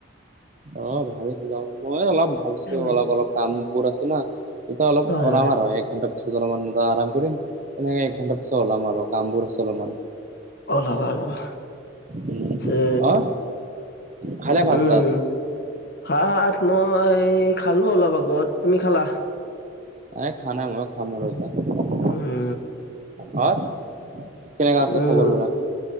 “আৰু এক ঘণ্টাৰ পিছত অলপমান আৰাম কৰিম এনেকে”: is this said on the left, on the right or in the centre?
Right